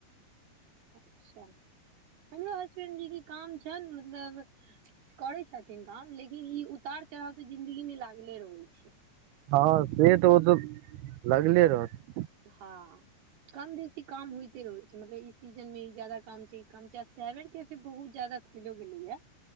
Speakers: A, on the right; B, on the right.
A: अच्छा। हमरो हसबैंड जी के काम छन मतलब करै छथिन काम लेकिन ई उतार चढ़ाव त जिंदगी मे लागले रहैत छै।
B: हँ से तऽ ओ त लगले रहत।
A: हँ कम बेसी काम होयते रहे छै। मतलब ई सीजन में ई जादा काम छै ई काम छै। सेवन केे बहुत ज्यादा खुलो गेलै य।